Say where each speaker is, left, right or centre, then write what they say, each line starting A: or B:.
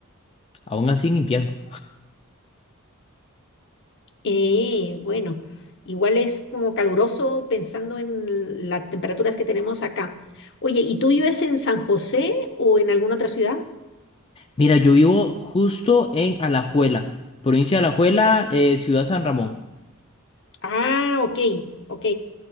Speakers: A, on the left (about 25°); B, on the left (about 55°).
A: aún así en invierno.
B: Eh, bueno, igual es como caluroso pensando en las temperaturas que tenemos acá. Oye, ¿y tú vives en San José o en alguna otra ciudad?
A: Mira, yo vivo justo en Alajuela, provincia de Alajuela, eh, ciudad San Ramón.
B: Ah, ok, ok.